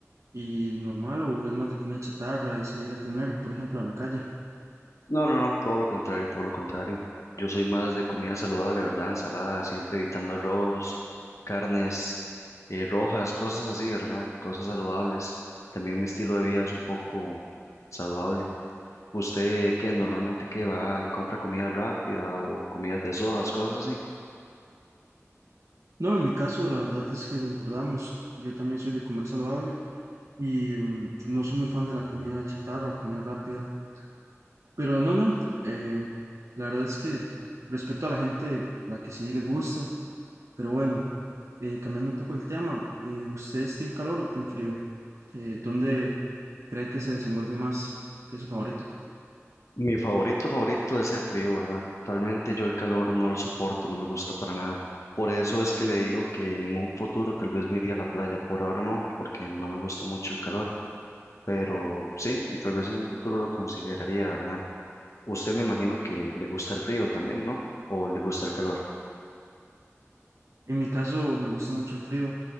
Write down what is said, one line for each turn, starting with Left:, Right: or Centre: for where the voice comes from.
Right: y normal o es más de comida chatarra, de salir a comer, por ejemplo, a la calle?
Left: No, no, no, todo lo contrario, todo lo contrario. Yo soy más de comida saludable, ¿verdad? Ensalada, siempre evitando arroz, carnes eh, rojas, cosas así, ¿verdad? Cosas saludables. También mi estilo de vida es un poco saludable. ¿Usted qué normalmente qué va y compra comida rápida o comidas de sodas, cosas así?
Right: No, en mi caso, la verdad es que concordamos. Yo también soy de comer saludable y mm, no soy muy fan de la comida chatarra o comida rápida. Pero no, no, eh, la verdad es que respeto a la gente, a la que sí le gusta. Pero bueno, eh, cambiando un poco el tema, eh, ¿usted es team calor o team frío? Eh, ¿dónde cree que se desenvuelve más? ¿Qué es su favorito?
Left: Mi favorito, favorito es el frío, ¿verdad? Totalmente yo el calor no lo soporto, no me gusta para nada. Por eso es que le digo que en un futuro tal vez me iría a la playa. Por ahora no, porque no me gusta mucho el calor. Pero sí, y tal vez en un futuro lo consideraría, ¿verdad? Usted me imagino que le gusta el frío también, ¿no? ¿O le gusta el calor?
Right: En mi caso me gusta mucho el frío,